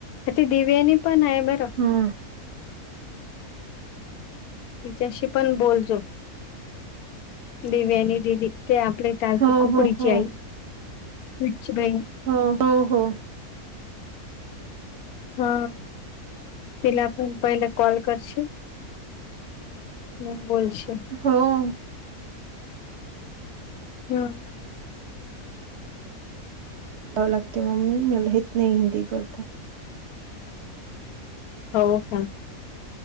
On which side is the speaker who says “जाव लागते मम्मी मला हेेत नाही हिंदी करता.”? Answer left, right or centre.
Right